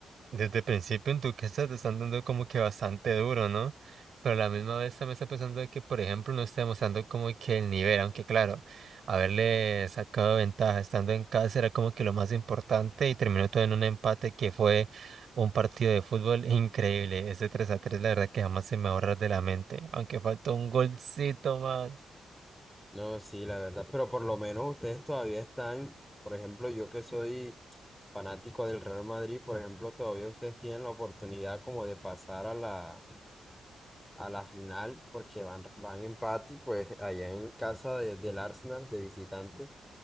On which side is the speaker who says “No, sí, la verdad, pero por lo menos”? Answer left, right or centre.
Centre